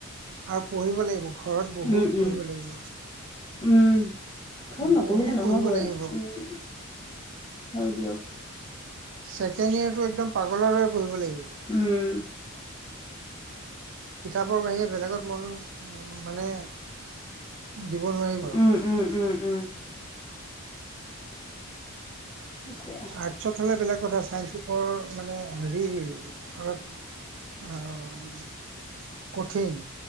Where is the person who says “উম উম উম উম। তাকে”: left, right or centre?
Left